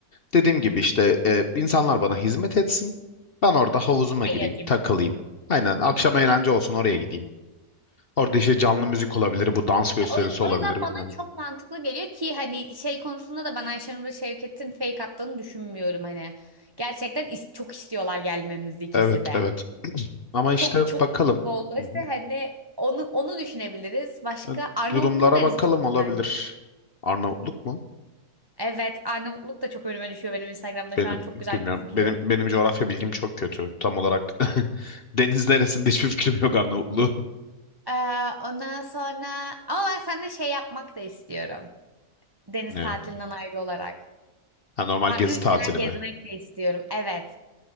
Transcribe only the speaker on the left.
Dediğim gibi işte e, insanlar bana hizmet etsin. Ben orada havuzuma gireyim,
takılayım. Aynen akşam eğlence olsun oraya gideyim. Orada işte canlı müzik olabilir, bu dans gösterisi
olabilir
bilmiyorum.
Evet,
evet. Ama işte
bakalım.
Hı hı.
E,
Durumlara
bakalım
olabilir.
Arnavutluk mu?
Benim
bilmiyorum.
Benim benim coğrafya bilgim çok kötü. Tam olarak <laughs> deniz neresinde hiçbir fikrim yok Arnavutluğun. <laughs>
Ne?
Ha, normal
gezi
tatili
mi?